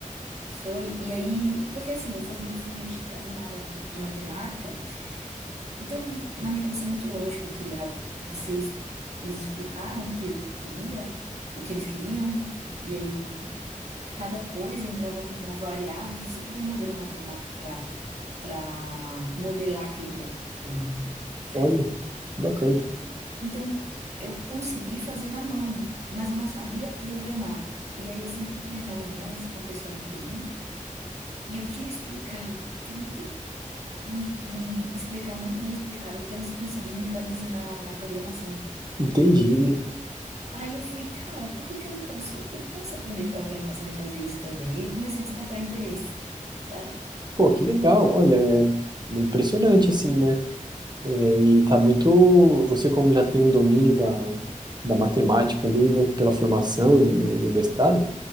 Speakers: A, on the right; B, on the right.
A: Foi, e aí, porque assim, eu fazia, fiz mestrado na área de, de matemática, então na minha cabeça é muito lógico criar. o- Vocês, eles explicaram o que eu queria, o que eles queriam, e aí cada coisa entrava como uma variável, você cria um modelo matemático para para modelar aquele problema, certo?
B: olha, que bacana.
A: Então, eu consegui fazer na mão, mas eu não sabia programar. E aí eu sempre tinha reuniões com o pessoal de TI e eu tinha que explicar tudo e, e explicar muito bem explicado para eles conseguirem traduzir na, na programação.
B: Entendi.
A: Aí eu fui, cara, por que que eu não posso? Eu posso aprender programação e fazer isso também. E aí eu comecei a despertar o interesse, sabe?
B: Pô, que legal. Olha, é impressionante, assim, né? É, e tá muito. Você, como já tem um domínio da, da matemática ali, né, pela formação e, o- e o mestrado,